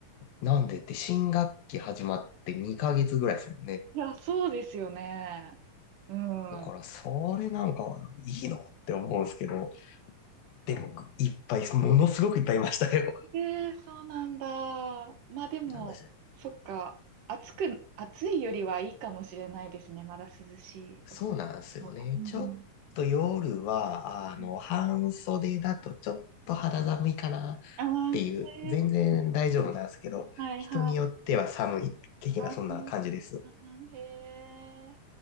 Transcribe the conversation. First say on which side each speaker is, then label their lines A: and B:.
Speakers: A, on the left; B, on the right.
A: なんでって新学期始まって2ヶ月ぐらいですもんね。
B: いや、そうですよね。うん。
A: だから、それなんかいいのって思うんですけど、でも、いっぱい、ものすごくいっぱいいましたよ。
B: ええ、そうなんだ。まあでも、
A: あの、
B: そっか。暑く、暑いよりはいいかもしれないですね。まだ涼しい。
A: そうなんですよね。
B: もううん。
A: ちょっと夜は、あの、
B: うん
A: 半袖だとちょっと肌寒いかなっ
B: ああ、
A: ていう、
B: ええ、
A: 全然大丈夫なんですけど、
B: はいはい。
A: 人によっては寒い的なそんな感じです。
B: ああ、へえ、